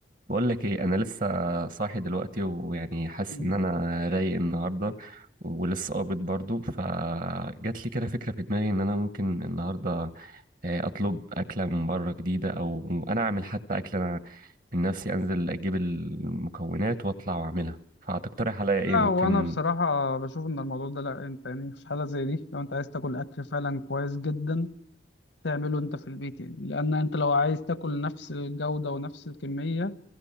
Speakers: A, on the right (about 45°); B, on the left (about 75°).
A: بقول لك ايه انا لسه صاحي دلوقتي ويعني حاسس
B: مم.
A: ان انا رايق النهارده ولسه قابض برضو فجات لي كده فكره في دماغي ان انا ممكن النهارده آه، اطلب اكله من بره جديده او انا اعمل حتى اكله انا من نفسي انزل اجيب المكونات واطلع واعملها فهتقترح عليا
B: لا
A: ايه ممكن
B: وانا بصراحة بشوف ان الموضوع ده لا انت يعني في حالة زي دي لو انت عايز تاكل اكل فعلا كويس جدا تعمله انت في البيت يعني لان انت لو عايز تاكل نفس الجودة ونفس الكمية